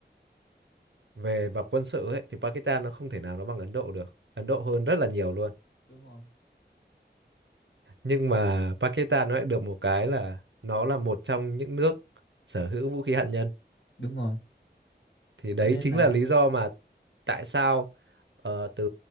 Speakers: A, on the right; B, on the left.
A: về mặt quân sự ấy thì Pakistan nó không thể nào nó bằng Ấn Độ được Ấn Độ hơn rất là nhiều luôn
B: Đúng rồi.
A: nhưng mà Pakistan nó lại được một cái là nó là một trong những nước sở hữu vũ khí hạt nhân
B: Đúng rồi.
A: thì đấy
B: Thế nên
A: chính
B: là
A: là lý do mà tại sao ờ, từ